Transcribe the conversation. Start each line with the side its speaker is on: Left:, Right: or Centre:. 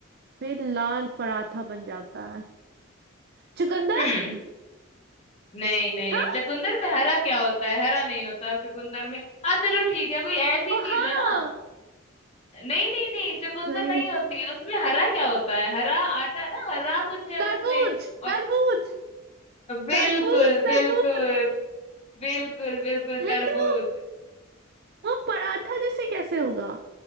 Right: फिर लाल पराठा बन जाता है चुकंदर
Left: हम्म नहीं नहीं
Right: हाँ
Left: चुकंदर पे हरा क्या होता है हरा नहीं होता चुकंदर में हाँ चलो ठीक है कोई ऐसी चीज
Right: ओ हाँ
Left: है ना नहीं नहीं नहीं चुकंदर
Right: सही
Left: नहीं
Right: है।
Left: होती है उसमें हरा क्या होता है हरा आटा ना हरा कुछ है
Right: तरबूज
Left: उसमें और
Right: तरबूज
Left: बिल्कुल
Right: तरबूज तरबूज
Left: बिल्कुल बिल्कुल बिल्कुल
Right: लेकिन
Left: तरबूज
Right: वो वो पराठा जैसे कैसे होगा